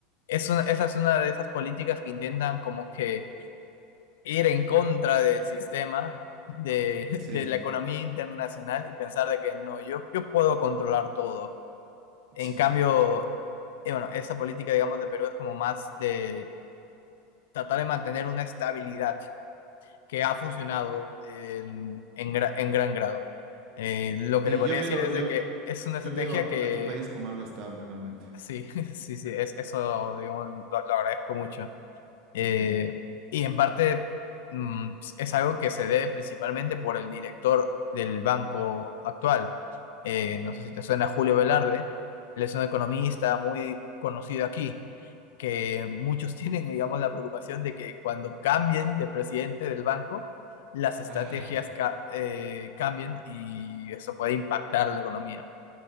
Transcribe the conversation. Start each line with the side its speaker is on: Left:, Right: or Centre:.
Left: Es una, esa es una de esas políticas que intentan como que ir en contra del sistema de, <laughs>
Right: Sí,
Left: de la economía internacional y pensar de que no, yo, yo puedo controlar todo. En
Right: sí.
Left: cambio, eh, bueno, esa política, digamos, de Perú es como más de tratar de mantener una estabilidad que ha funcionado en, en, gra- en gran grado. Eh, lo que
Right: Sí,
Left: te podría
Right: yo veo,
Left: decir es
Right: yo,
Left: de que es una estrategia
Right: yo veo a,
Left: que
Right: a tu país como algo estable, realmente.
Left: sí, <laughs> sí, sí, es, eso, digamos, lo lo agradezco mucho. Eh,
Right: Ujú.
Left: y en parte mm, es algo que se debe principalmente por el director del banco actual. Eh, no sé si te suena Julio Velarde. Él es un economista muy conocido aquí, que muchos <laughs> tienen, digamos, la preocupación de que cuando cambien de presidente del banco, las estrategias
Right: Ah,
Left: ca- eh, cambien y eso puede impactar la economía.